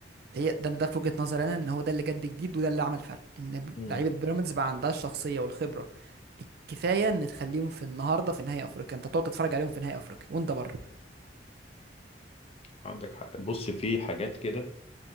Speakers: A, on the right; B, on the left.
A: هي ده ده في وجهه نظري انا ان هو ده اللي جد جديد وده اللي عمل فرق ان ب-
B: مم.
A: لعيبه بيراميدز بقى عندها الشخصيه والخبره الكفايه ان تخليهم في النهارده في نهائي افريقيا انت تقعد تتفرج عليهم في نهائي افريقيا وانت بره
B: عندك حق بص في حاجات كده